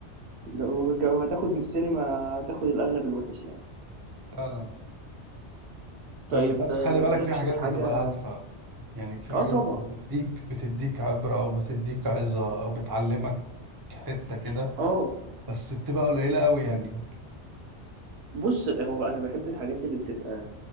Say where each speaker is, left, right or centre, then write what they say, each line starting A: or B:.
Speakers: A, on the right; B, on the right.
A: لو لو هتاخد من السينما هتاخد الأغلب الوحش يعني
B: فعلا
A: طيب
B: فعلا بس
A: آه،
B: خلي بالك
A: مالكش
B: في حاجات
A: في
B: بتبقى
A: حاجة
B: هادفة يعني في حاجات
A: آه طبعا
B: بتديك بتديك عبرة أو بتديك عظة أو بتعلمك حتة كده
A: آه
B: بس بتبقى قليلة أوي يعني
A: بص هو أنا بحب الحاجات اللي بتبقى